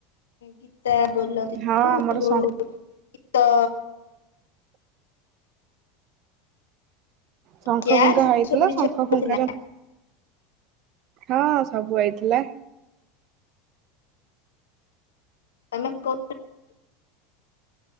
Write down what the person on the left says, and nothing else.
ଗୀତ ବୋଲନ୍ତି
ଉ
ଯଉ
ଗୀତ
ଚେୟାର
ସେ
ସବୁ କିଛି
ହଉନଥିଲା
ତମେ କ